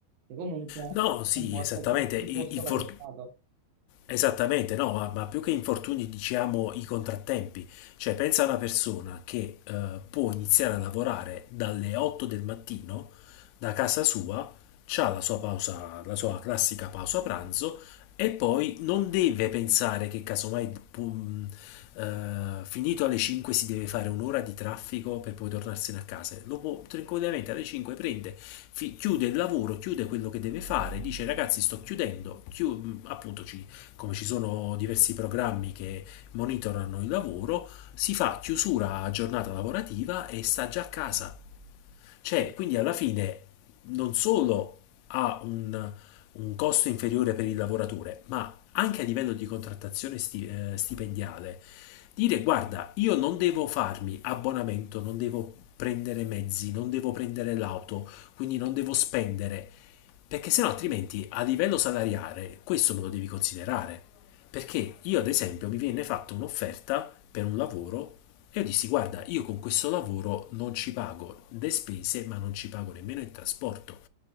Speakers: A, on the right; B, on the left.
A: che comunque
B: No, sì,
A: comporta
B: esattamente.
A: sempre
B: I-
A: un costo
B: i for-
A: per lo Stato.
B: Esattamente, no, ma, ma più che infortuni diciamo i contrattempi, cioè pensa a una persona che eh, può iniziare a lavorare dalle 8 del mattino da casa sua, ha la sua pausa, la sua classica pausa pranzo e poi non deve pensare che casomai pum, eh, finito alle 5 si deve fare un'ora di traffico per poi tornarsene a casa. Lo può tranquillamente alle 5 prende, fi- chiude il lavoro, chiude quello che deve fare, dice ragazzi sto chiudendo, chiu- mm, appunto ci come ci sono diversi programmi che monitorano il lavoro, si fa chiusura a giornata lavorativa e sta già a casa. Cioè,
A: Sì,
B: quindi alla fine non solo ha un, un costo inferiore per il lavoratore, ma anche a livello di contrattazione sti- eh, stipendiale dire guarda, io non devo farmi abbonamento, non devo prendere mezzi, non devo prendere l'auto, quindi non devo spendere, perché sennò altrimenti a livello salariale questo me lo devi considerare. Perché io ad esempio mi viene fatta un'offerta per un lavoro e io dissi guarda, io con questo lavoro non ci pago le spese, ma non ci pago nemmeno il trasporto